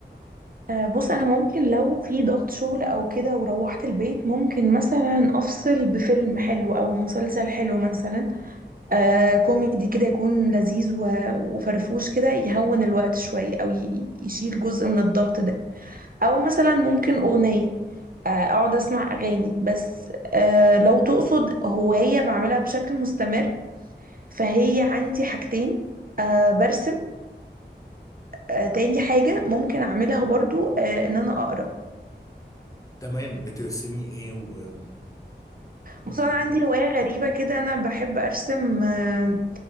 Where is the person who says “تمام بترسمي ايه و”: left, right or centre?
Left